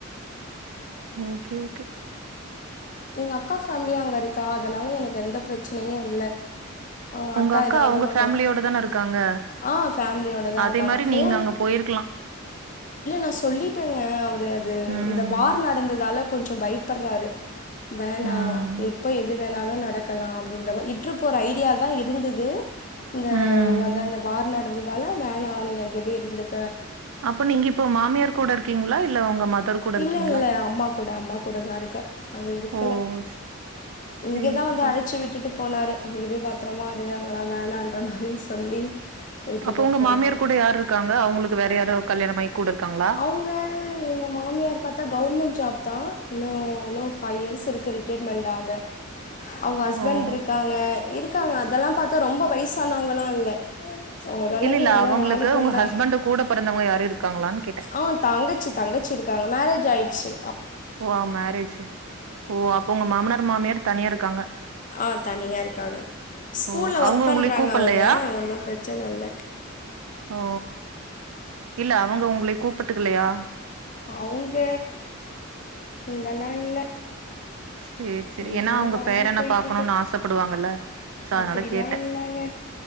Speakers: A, on the right; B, on the left.
A: ஓகே ஓகே
B: எங்கக்கா ஃபேமிலியா அங்க இருக்கா அதனால எனக்கு எந்த பிரச்சனையு இல்ல ஹ அக்கா
A: உங்க
B: ஏதவாது
A: அவங்க
B: ஒண்ண
A: ஃபேமிலியோட தான இருக்காங்க.
B: ஆஹ் பேமிலி ஓடதா
A: அதே
B: இருகாங்க
A: மாரி
B: போன்
A: நீங்க அங்க போயிருக்கலாம்.
B: நா சொல்லிட்டேங்க அ
A: ம்.
B: இந்த வார் நடந்ததால கொஞ்சோ பயப்பறாரு வேணா
A: ம்.
B: எப்ப எது வேணாலு நடக்கலா அப்படின்ற இற்று போற ஐடியா தா இருந்தது இந்த
A: ம்.
B: அதா அந்த வார் நடந்ததால வேனா நீ அங்க பேய் <inaudible>
A: அப்போ நீங்க இப்போ மாமியார் கூட இருக்கீங்களா இல்ல உங்க மதர் கூட இருக்கீங்களா
B: இல்ல உங்க இல்ல இல்ல மனைவியோட அம்மா கூட அம்மா கூட தான் இருக்க அங்க இருக்கல
A: ஓ! சே
B: இங்கதான்
A: சேரி,
B: வந்து
A: சேரி.
B: அழைச்சு விட்டுட்டு போனாரு இங்க போய் பத்தரமா இரு அங்கலா வேணான்ற மாரி சொல்லி விட்டுட்டு
A: அப்போ உங்க
B: போனாரு
A: மாமியார் கூட யார் இருக்காங்க? அவங்களுக்கு வேற யாரோ கல்யாணம் ஆயி கூட இருக்காங்களா?
B: அவங்க எங்க மாமியார் பாத்தா கவர்மெண்ட் ஜாப் நா இன்னு இன்னொ ஒரு ஃபைவ் இயர்ஸ் இருக்கு ரிட்டைர்மெண்ட் ஆக அவங்க ஹஸ்பண்ட்
A: ஓ!
B: இருக்காங்க இரு க்காங்க அதெல்லா பாத்தா ரொம்ப வயசானவங்கலா இல்ல ஓரளவு
A: இல்ல இல்ல
B: நல்ல
A: அவங்களுக்கு
B: வாலிபன்
A: உங்க
B: தா
A: ஹஸ்பண்ட கூட பிறந்தவங்க யாரு இருக்காங்களான்னு கேட்டே
B: ஆஹ் தங்கச்சி தங்கச்சி இருக்காங்க மேரேஜ் ஆய்டுச்சு
A: ஓ மேரேஜு ஓ அப்ப உங்க மாமனார் மாமியார் தனி இருக்காங்க
B: ஆஹ் தனியா இருக்காங்க ஸ்கூல்ல
A: ஓ அவங்க
B: ஒர்க் பண்றாங்க
A: உங்களை கூப்பல்லையா
B: அவங்க ஒன்னும் பிரச்ச மச்ச நல்ல
A: ஓ இல்ல அவங்க உங்களை கூப்பிட்டுக்கலையா
B: அவங்க இதெல்லா இல்ல
A: சரி சரி
B: ஏனோ
A: ஏன்னா அவங்க
B: தானோன்னு
A: பேரன
B: போயிட்ருக்கு
A: பாக்கணுனு ஆசப்படுவாங்கல்ல சோ அதனால
B: அப்படிலா
A: கேட்டே
B: இல்லங்க